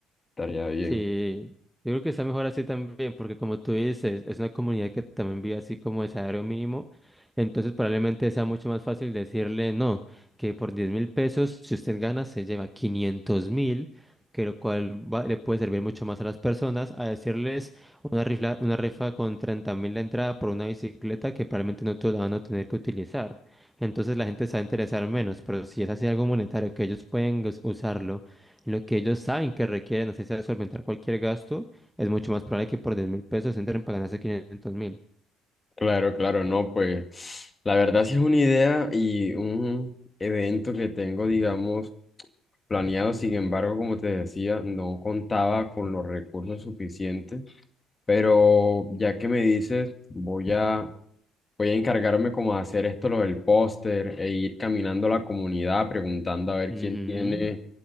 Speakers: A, on the left; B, in the centre.
A: estaría bien.
B: Sí, yo creo que está mejor así también, porque como tú dices, es una comunidad que también vive así como de salario mínimo, entonces probablemente sea mucho más fácil decirle no, que por diez mil pesos, si usted gana, se lleva quinientos mil, que lo cual va- le puede servir mucho más a las personas, a decirles una rifa, una rifa con treinta mil de entrada por una bicicleta que probablemente no todos la van a tener que utilizar. Entonces la gente se va a interesar menos, pero si es así algo monetario que ellos pueden us- usarlo lo que ellos saben que requieren, así sea solventar cualquier gasto, es mucho más probable que por diez mil pesos entren para ganarse quinientos mil.
A: Claro, claro, no, pues la verdad sí es una idea y un evento que tengo, digamos, planeado, sin embargo, como te decía, no contaba con los recursos suficientes, pero ya que me dices, voy a, voy a encargarme como de hacer esto, lo del póster, e ir caminando la comunidad preguntando a ver
B: Ujú,
A: quién tiene,